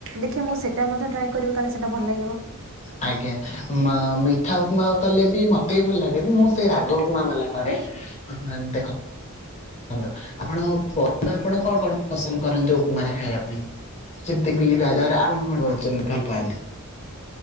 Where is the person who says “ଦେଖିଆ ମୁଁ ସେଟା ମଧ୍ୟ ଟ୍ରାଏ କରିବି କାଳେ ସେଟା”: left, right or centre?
Right